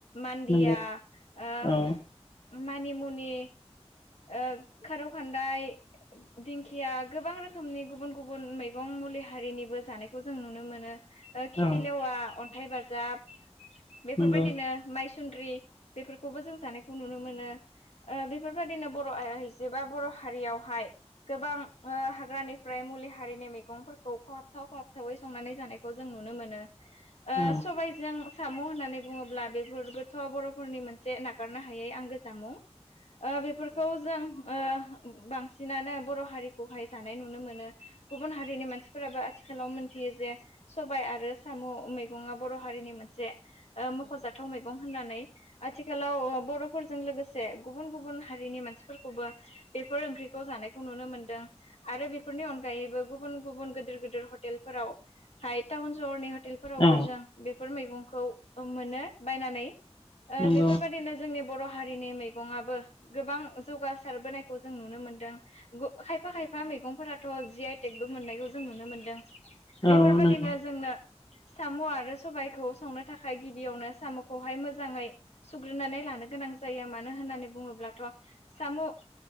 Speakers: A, on the left (about 70°); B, on the left (about 50°).
A: मान्दिया
B: नंगौ
A: ओ-
B: औ
A: मानिमुनि ओ खारौ खान्दाय दिंखिया गोबां रोखोमनि गुबुन गुबुन मैगं मुलि हारिनिबो जानायखौ जों नुनो मोनो। खिथि
B: औ
A: लेवा अन्थाइ बाजाब बेफोरबायदिनो
B: नंगौ
A: माइ सुन्द्रि बेफोरखौबो जों जानायखौ नुनो मोनो। ओ बेफोर बायदिनो बर' आइजोबा बर' हारियावहाय गोबां ओ हाग्रानिफ्राय मुलि हारिनि मैगंफोरखौ खहाबथाव खहाबथावै संनानै जानायखौ जों नुनो मोनो। ओ
B: औ
A: सबबायजों साम' होननानै बुङोब्ला बेफोरबोथ' बर'फोरनि मोनसे नागारनो हायै आंगो जामुं। ओ बेफोरखौ जों ओ बांसिनानो बर' हारिखौहाय जानाय नुनो मोनो। गुबुन हारिनि मानसिफोराबो आथिखालाव मोनथियो जे सबाय आरो साम' मैगङा बर' हारिनि मोनसे ओ मख'जाथाव मैगं होन नानै आथिखालाव ओ बर'फोरजों लोगोसे गुबुन-गुबुन हारिनि मानसिफोरखौबो बेफोर ओंख्रिखौ जानायखौ नुनो मोनदों। आरो बेफोरनि अनगायैबो- गुबुन-गुबुन, गोदोर- गोदोर हटेलफोरावहाय टाउन-सहरनि- हटेलफोरावबो
B: औ
A: जों बेफोर मैगंखौ ओ मोनो बायनानै। ओ
B: नंगौ
A: बेफोरबायदिनो जोंनि बर' हारिनि मैगंआबो गोबां जौगासारबोनायखौ जों नुनो मोनदों। गु-खायफा-खायफा मैगंफोराथ' जि आइ टेक बो मोननायखौ जों नुनो मोनदों।
B: औ
A: बेफोरबायदिनो
B: नंगौ
A: जोंनो साम' आरो सबायखौ संनो थाखाय गिबियावनो साम'खौहाय मोजाङै सुग्रोनानै ला नो गोनां जायो। मानो होननानै बुङोब्ला थ' साम' ओ